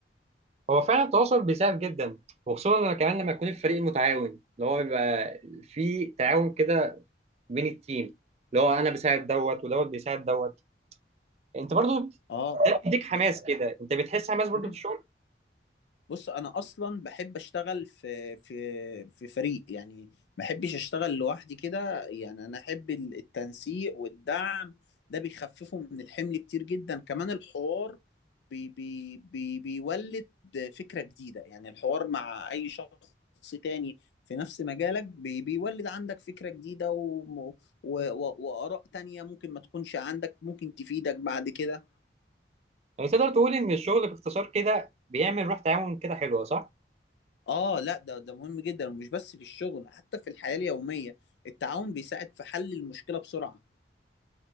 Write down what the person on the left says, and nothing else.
اه
دي
حاجة
بص انا اصلا بحب اشتغل في في في فريق يعني ما بحبش اشتغل لوحدي كده يعني انا احب ال- التنسيق والدعم ده بيخففه من الحمل كتير جدا كمان الحوار بي بي بي بيولد فكرة جديدة يعني الحوار مع اي شخص تاني في نفس مجالك بي بيولد عندك فكرة جديدة و و و- وآراء تانية ممكن ما تكونش عندك ممكن تفيدك بعد كده
اه لا ده ده مهم جدا ومش بس في الشغل حتى في الحياة اليومية التعاون بيساعد في حل المشكلة بسرعة